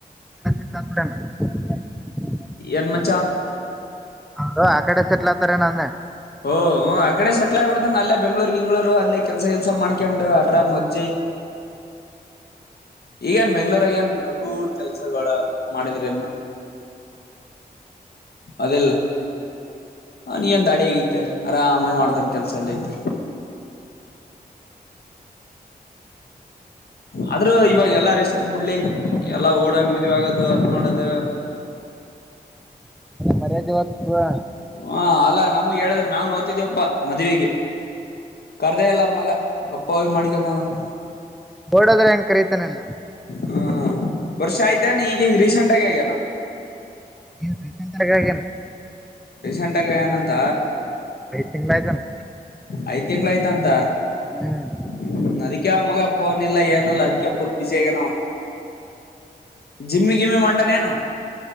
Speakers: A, in the centre; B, on the left.
A: <unintelligible>
B: ಏನ್ ಮಚ್ಚಾ.
A: ಅವರು ಆ ಕಡೆ ಸೆಟ್ಲ್ ಆತರೆನ್ ಅಂದೇ.
B: ಓಹ್ ಹೂ ಆ ಕಡೆ ಸೆಟ್ಲ ಆಗ್ಬಿಡ್ತನ ಅಲ್ಲೇ ಬೆಂಗಳೂರ್. ರು ಗಿಂಗಳೂರು ಅಲ್ಲೇ ಕೆಲ್ಸ ಗಿಲ್ಸ ಮಾಡ್ಕೊಂಡ್ ಅರ್ರಾಮ ವಜ್ಜೆ ಈಗ ಎನ್ ಬೆಂಗ್ಳೂರಾಗ ಏನ್ ರಗುಡ್ ಕೆಲ್ಸಗಳ ಮಾಡಿದ್ರ ಇನ್ ಅದಿಲ್ಲ. ಅವ್ನಿಗೆನ್ ದಾಡಿ ಆಗೇತಿ ಆರಾಮಾಗಿ ಮಾಡ್ತನ್ ಕೆಲ್ಸ ಅಲ್ಲೇ ಇದ್ದ್. ಆದ್ರೂ ಇವಾಗ್ ಎಲ್ಲಾ ರಿಸ್ಕ್ ಬುಡ್ಲೆ ಎಲ್ಲಾ ಓಡೋಗಿ ಮದ್ವಿ ಆಗದು ಅದ್ ಮಾಡೋದು.
A: ಮರ್ಯಾದಿ ಹೊತ್ತದ.
B: ಹಾ ಅಲ್ಲಾ ನಮುಗ್ ಹೇಳಿದ್ರ ನಾವುನು ಹೊತ್ದೀವಪ್ಪ ಮದ್ವಿಗೆ ಕರ್ದೇ ಇಲ್ಲ ಮಗ ಗಪ್ಪವಾಗಿ ಮಾಡಿಕೇಮ್ಮ್ ಬಂದನ.
A: ಓಡೋದ್ರ ಹೆಂಗ್ ಕರೀತನ್ ಏನ್.
B: ಹಾ ವರ್ಷ ಆಯ್ತಾನ್ ಈಗ್ ಈಗ್ ರೀಸೆಂಟ್ ಆಗಿ ಆಗ್ಯನಾ.
A: ಈಗ್ ರಿಸೆಂಟ್ ಆಗಿ ಆಗ್ಯಾನ.
B: ರೀಸೆಂಟಾಗಿ ಆಗ್ಯಾನಂತ.
A: ತಿಂಗಳಯ್ತೆನ್.
B: ಐದ್ ತಿಂಗ್ಳ ಆಯ್ತಂತ
A: ಹ್ಮ್
B: ಹ್ಮ ಅದಿಕೆ ಆ ಮಗ ಪ್ಪೋನಿಲ್ಲ ಏನಿಲ್ಲ ಅದಿಕೆ ಫುಲ್ ಬಿಸಿ ಆಗ್ಯನ ಅವ ಜಿಮ್ಮಿ ಗಿಮ್ಮಿ ಹೊಂಟಾನ್ ಏನ್.